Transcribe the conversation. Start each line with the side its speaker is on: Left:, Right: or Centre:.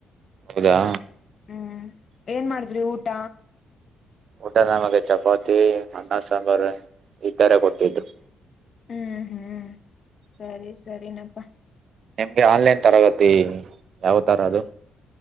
Right: ಹೌದಾ.
Left: ಹ್ಮ್ ಏನ್ ಮಾಡುದ್ರಿ ಊಟ.
Right: ಊಟ ನಮಗ ಚಪಾತಿ ಅನ್ನ ಸಾಂಬಾರು ಈಥರ ಕೊಟ್ಟಿದ್ರು.
Left: ಹ್ಮ್ ಹ್ಮ್ ಸರಿ ಸರಿನಪ್ಪ.
Right: ನಿಮ್ಗೆ ಆನ್ಲೈನ್ ತರಗತಿ ಯಾವ್ ತರ ಅದು.